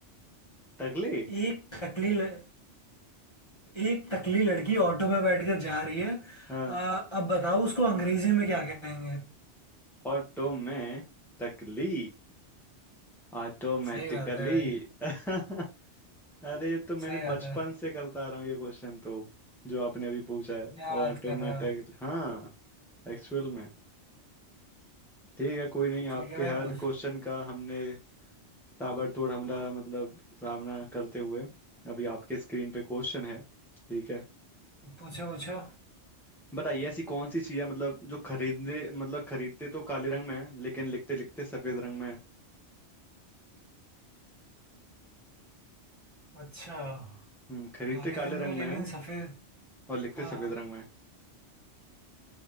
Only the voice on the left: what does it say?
एक टकली ल... एक टकली लड़की ऑटो में बैठकर जा रही है
आ, अब बताओ उसको अंग्रेजी में क्या कहेंगे
सही बात है भाई
सही बात
है
क्या बात
कर रहे हो
ठीक
है भाई
पूछ
पूछो पूछो
अच्छा
काले
रंग में
लेकिन
सफेद
हाँ
हाँ